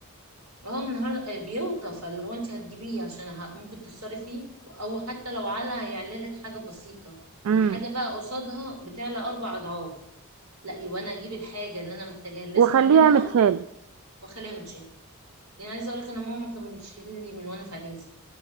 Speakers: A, on the right (about 85°); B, on the right (about 70°).
A: اه النهار آه بيوطى فاللي هو انت هتجيبيه عشان ه- ممكن تخسري فيه او حتى لو على هيعلى لك حاجة بسيطة
B: امم
A: الحاجة بقى قصادها بتعلى أربع أضعاف لا يبقى أنا أجيب الحاجة اللي أنا محتاجاها اللي لازم
B: وخليها
A: أجيبها
B: متشاله
A: وأخليها متشالة يعني عايزة أقولك أنا ماما كانت بتشيل لي من وأنا في إعدادي